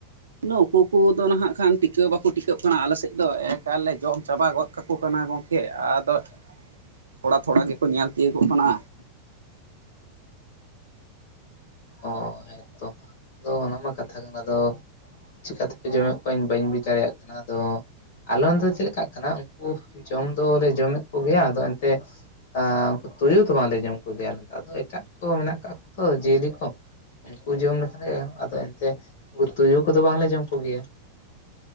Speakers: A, on the right; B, on the left.
A: ᱢᱟᱱᱮ ᱩᱠᱩ ᱩᱠᱩ ᱫᱚ ᱱᱟᱦᱟᱜ ᱠᱷᱟᱱ ᱴᱤᱠᱟᱹᱣ ᱵᱟᱠᱚ ᱴᱤᱠᱟᱹᱣᱚᱜ ᱠᱟᱱᱟ ᱟᱞᱮ ᱥᱮᱫ ᱫᱚ ᱮᱠᱟᱞ ᱞᱮ ᱡᱚᱢ ᱪᱟᱵᱟ ᱜᱚᱫ ᱠᱟᱠᱚ ᱠᱟᱱᱟ ᱜᱚᱝ ᱠᱮ ᱟᱫᱚ
B: <inaudible>
A: ᱛᱷᱚᱲᱟ ᱛᱷᱚᱲᱟ ᱜᱮᱠᱚ ᱧᱮᱞ ᱛᱤᱭᱳᱜᱚᱜ ᱠᱟᱱᱟ᱾
B: ᱚ ᱦᱮᱸ ᱛᱚ᱾ ᱟᱫᱚ ᱚᱱᱟ ᱢᱟ ᱠᱟᱛᱷᱟ ᱠᱟᱱᱟ ᱟᱫᱚ ᱪᱮᱠᱟ ᱛᱮᱯᱮ ᱡᱚᱢᱮᱫ ᱠᱚᱣᱟᱧ ᱤᱧ ᱵᱟᱹᱧ ᱵᱩᱡᱽ ᱫᱟᱲᱮᱭᱟᱜ ᱠᱟᱱᱟ ᱟᱫᱚ ᱟᱞᱮ ᱚᱱᱛᱮ ᱫᱚ ᱪᱮᱫᱠᱟᱜ ᱠᱟᱱᱟ ᱩᱱᱠᱩ ᱡᱚᱢ ᱫᱚᱞᱮ ᱡᱚᱢᱮᱫ ᱠᱚᱜᱮᱭᱟ ᱟᱫᱚ ᱮᱱᱛᱮᱫ ᱟᱸ ᱩᱱᱠᱩ ᱛᱩᱭᱩ ᱫᱚᱢᱮ ᱞᱮ ᱡᱚᱢ ᱠᱚᱜᱮᱭᱟ ᱟᱞᱮ ᱫᱚ ᱟᱫᱚ ᱮᱴᱟᱜ ᱠᱚ ᱢᱮᱱᱟᱜ ᱠᱟᱫ ᱠᱚᱫᱚ ᱡᱤᱭᱟᱹᱞᱤ ᱠᱚ᱾ ᱩᱱᱠᱩ ᱡᱚᱢ ᱞᱮᱠᱷᱟᱱ ᱜᱮ ᱜᱟᱱᱚᱜ-ᱟ ᱟᱫᱚ ᱮᱱᱛᱮ ᱩᱱᱠᱩ ᱛᱩᱭᱩ ᱠᱚᱫᱚ ᱵᱟᱝᱞᱮ ᱡᱚᱢ ᱠᱚᱜᱮᱭᱟ᱾